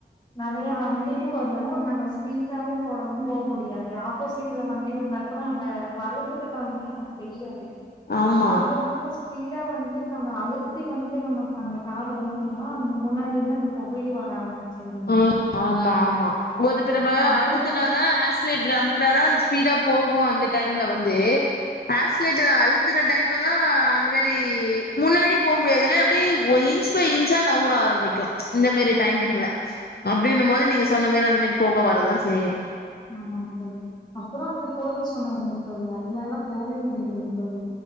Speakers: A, on the left; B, on the left.
A: நெறையா வண்டி <unintelligible> நம்ம ஸ்பீடாவும் போட போக முடியாது ஆப்போசிட்ல வண்டி வந்தா கூட அந்த வளைவுகல்ல வந்து நமக்கு தெரியாது
B: ஆமா
A: அது இல்லாம ஸ்பீடா வந்து நம்ம அழுத்தி வந்துட்டு நம்ம அந்த கார ஓட்னோம்னா அந்த முன்னாடி இருந்து அந்த புகையு வர ஆரம்ச் ம்ம் சொல்லு
B: ஆம் ஆமா ஆமா ஒரு இப்ப நம்ம
A: அப்படிதா
B: அழுத்துனாதா ஆக்ஸ்லேட்டரை அமக்குனாதா அது ஸ்பீடா போகும் அந்த டைம்ல வந்து அசீலேட்டர் அழுத்துற டைம்ல தா அந்த மாரி முன்னாடி போ முடியாது ஏன்னா எப்புடி ஒல்லி இன்ச் பை இன்சா நவுற ஆரம்பிக்கு இந்த மாரி
A: ஆமா
B: டைமிங்ல அப்டின்னு போது நீங்க சொன்ன மாரி அந்த மாரி போக வரதான் செய்யும்
A: ம் ஆமாங்க தோழி அப்புறோ அங்க கோயில் சொன்னாங்கல்ல தோழி அங்க எல்லா போவே முடிலங்க தோழி